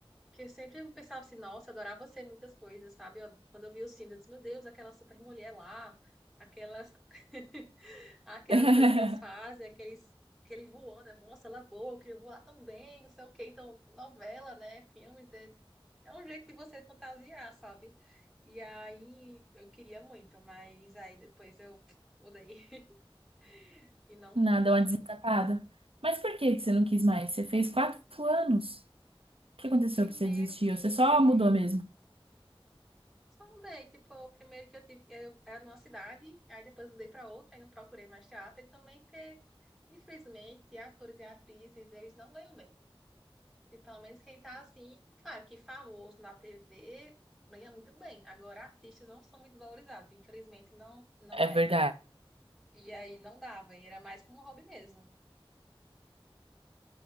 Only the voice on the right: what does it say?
<laughs>
Nada,
uma desencapada. Mas por que que você não quis mais? Você fez quatro anos. O que aconteceu
que você desistiu?
Você só mudou mesmo.
É verdade.